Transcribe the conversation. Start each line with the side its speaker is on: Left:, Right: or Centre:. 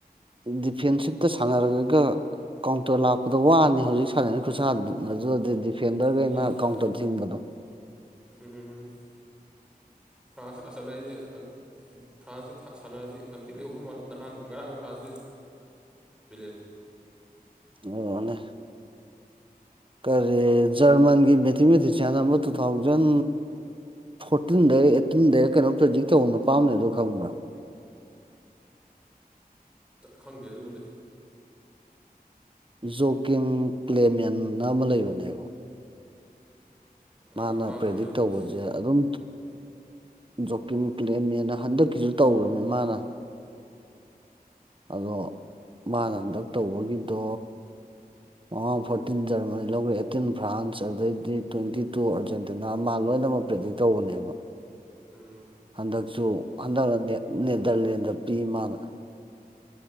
Right: ꯗꯤꯐꯦꯟꯁꯤꯞꯇ ꯁꯥꯟꯅꯔꯒ ꯀꯥꯎꯟꯇꯔ ꯂꯥꯛꯄꯗ ꯋꯥꯅꯤ ꯍꯧꯖꯤꯛ ꯁꯥꯟꯅꯔꯤ ꯈꯨꯠꯁꯥꯅ ꯑꯗꯨꯗꯤ ꯐꯦꯟꯗꯔꯈꯩꯅ
Centre: ꯗꯤꯐꯦꯟꯗꯔ
Right: ꯀꯥꯎꯟꯇꯔ ꯊꯤꯡꯕꯗꯣ
Centre: ꯎꯝ ꯐ꯭ꯔꯥꯟꯁꯇ ꯇꯥꯁꯤꯜꯂꯛꯏꯁꯤ ꯑ ꯐ꯭ꯔꯥꯟꯁꯁꯤ ꯁꯥ ꯁꯥꯟꯅꯔꯗꯤ ꯌꯥꯝ ꯊꯤꯅ ꯂꯩꯍꯧꯗꯧ ꯃꯥꯜꯂꯤ ꯅꯍꯥꯟ ꯉꯔꯥꯡꯅ ꯐ꯭ꯔꯥꯟꯁꯁꯦ <unintelligible>
Right: ꯊꯧꯔꯛꯑꯣꯅꯦ ꯀꯔꯤ ꯖꯔꯃꯟꯒꯤ ꯃꯦꯊꯤ ꯃꯦꯊꯤ ꯆꯟ ꯇꯨ ꯊꯥꯎꯖꯟ ꯐꯣꯔꯇꯤꯟꯗꯩꯔ ꯑꯦꯠꯇꯤꯟꯗꯩꯔ ꯀꯩꯅꯣꯝ ꯄ꯭ꯔꯦꯗꯤꯛ ꯇꯧꯕ ꯅꯨꯄꯥ ꯑꯃ ꯂꯩꯕꯗꯣ ꯈꯪꯕ꯭ꯔꯥ
Centre: ꯈꯪꯗꯦ ꯑꯗꯨ ꯗꯨꯝꯗꯤ
Right: ꯖꯣꯀꯤꯝ ꯀ꯭ꯂꯦꯃꯦꯟꯅ ꯑꯃ ꯂꯩꯕꯅꯦꯕ
Centre: ꯑꯥ
Right: ꯃꯥꯅ
Centre: ꯇꯥꯗ꯭ꯔꯤ
Right: ꯄ꯭ꯔꯦꯗꯤꯛ
Centre: ꯑꯗꯨꯝꯗꯤ
Right: ꯇꯧꯕꯁꯦ ꯑꯗꯨꯝ ꯖꯣꯀꯤꯝ ꯀ꯭ꯂꯦꯃꯦꯅ ꯍꯟꯗꯛꯀꯤꯁꯨ ꯇꯧꯔꯝꯅꯦ ꯃꯥꯅ ꯑꯗꯣ ꯃꯥꯅ ꯍꯟꯗꯛ ꯇꯧꯕꯒꯤꯗꯣ ꯃꯃꯥꯡ ꯐꯣꯔꯇꯤꯟ ꯖꯔꯃꯅꯤ ꯂꯧꯈ꯭ꯔꯦ ꯑꯦꯠꯇꯤꯟ ꯐ꯭ꯔꯥꯟꯁ ꯑꯗꯩꯗꯤ ꯇ꯭ꯋꯦꯟꯇꯤ ꯇꯨ ꯑꯥꯔꯖꯦꯟꯇꯤꯅꯥ ꯑꯃ ꯂꯣꯏꯅꯃꯛ ꯄ꯭ꯔꯤꯗꯤꯛ ꯇꯧꯕꯅꯦꯕ
Centre: ꯎꯝ
Right: ꯍꯟꯗꯛꯁꯨ ꯍꯟꯗꯛꯅ ꯅꯦꯗ꯭ꯔꯂꯦꯟꯗ ꯄꯤ ꯃꯥꯅ